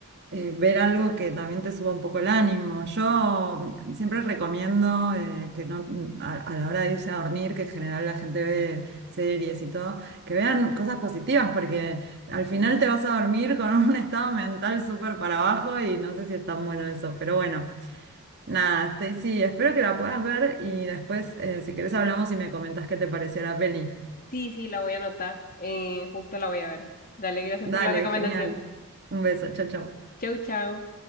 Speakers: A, on the right (about 50°); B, on the left (about 40°).
A: eh, ver algo que también te suba un poco el ánimo. Yo mm, siempre recomiendo eh, que no, mm, a, a la hora de irse a dormir, que en general la gente ve series y todo, que vean cosas positivas, porque al final te vas a dormir con un <laughs> estado mental súper para abajo y no sé si es tan bueno eso, pero bueno. Nada, Stacy, espero que la puedas ver y después, eh, si querés, hablamos y me comentás qué te pareció la peli.
B: Sí, sí, la voy a anotar. Eh, justo la voy a ver. Dale, gracias
A: Dale,
B: por la recomendación.
A: genial. Un beso, chao, chao.
B: Chau, chau.